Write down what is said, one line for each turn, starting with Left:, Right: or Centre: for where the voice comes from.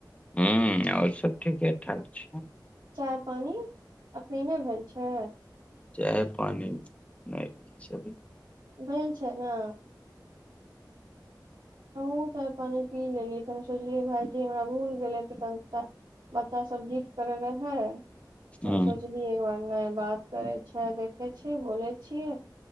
Left: ह्म्म, और सब ठीके ठाक छे।
Right: चाय पानी अखीने भेल छै?
Left: चाय पानी नई भेल छे अभी।
Right: बइन छे न? हम हूँ चाय पानी पी लेलिये, त हम सोच लिये भायजी हमरा भूल गेले त कह त बच्चा सब जीद करे रहे त
Left: हँ
Right: सोचय की एक बारमे बात करय छैय देखे छी बोलय छियै। त